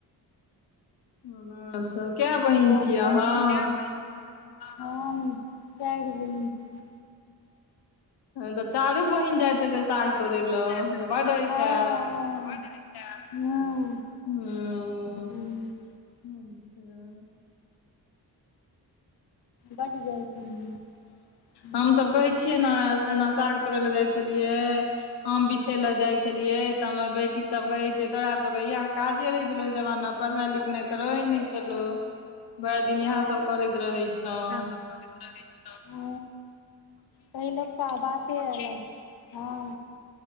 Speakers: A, on the left (about 85°); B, on the left (about 70°).
A: अहाँ सब के बहिन
B: आओर
A: छियै
B: सब
A: अहाँ?
B: ठीक छी हम चारि बहिन। छी
A: तखैन त चारू बहिन जाइत हेबै साग
B: चारू
A: तोड़ै
B: बहिन
A: लए
B: जाइत हेबे
A: तऽ बड्ड
B: साग
A: होइत
B: तोरय
A: हैत
B: लए बर होइत हैत।
A: <inaudible>
B: हू। <inaudible>
A: अच्छा।
B: बड जाइ छलियै। हमसब।
A: हम सभ कहै छियै ने पहिने साग तोड़े ले जाय छलिये, आम बिछे ले जाय छलिये, तऽ हमर बेटी सब कहे छै तोरा सब इएह काजे रहै छलौ ओहि जमाना पढ़नाइ लिखनाइ तऽ रहै ने छलौ, भट लेकिन इहे सब करैत रहै छें।
B: इहे सब करैत रहै छें। पहिलुका बाते अलग छलै, हां।